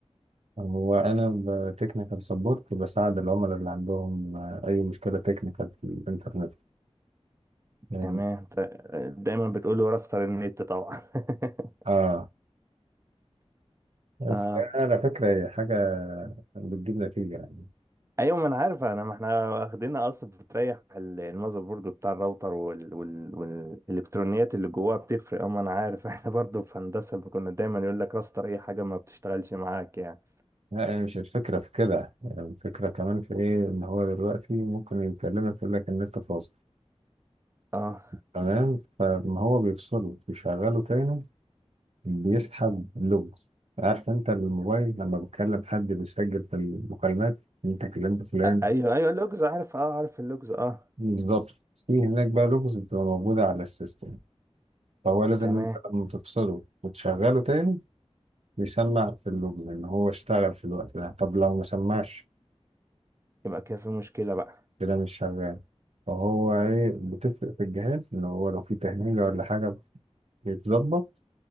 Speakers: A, on the right; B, on the right.
A: هو انا تكنيكال سبورت بساعد العملاء اللي عندهم آه، اي مشكلة تكنيكال في الانترنت يعني
B: تمام ط- دايما بتقول له راستر النت طبعا <laughs>
A: اه بس
B: اه
A: على فكرة هي حاجة بتجيب نتيجة يعني.
B: ايوه ما انا عارف انا ما احنا واخدينها اصلا بتريح ال- المذر بورد بتاع الراوتر وال... وال... والالكترونيات اللي جواها بتفرق اما انا عارف <laughs> احنا برضو في هندسه كنا دايما يقول لك راستر اي حاجه ما بتشتغلش معاك يعني
A: لا هي مش الفكرة في كده يعني الفكرة كمان في إيه إن هو دلوقتي ممكن يكلمك يقول لك إن أنت فاصل
B: اه
A: تمام فما هو بيفصله بيشغله تاني بيسحب لوج عارف أنت الموبايل لما بتكلم حد بيسجل في المكالمات أنت كلمت فلان
B: أ- ايوه ايوه اللوجز عارف اه عارف اللوجز اه
A: بالظبط في هناك بقى لوجز بتبقى موجودة على السيستم فهو لازم
B: تمام
A: أنت لما تفصله وتشغله تاني بيسمع في اللوجز إن هو اشتغل في الوقت ده طب لو ما سمعش
B: يبقى كده في مشكله بقى
A: كده مش شغال فهو ايه بتفرق في الجهاز ان هو لو في تهنيجة ولا حاجة بيتظبط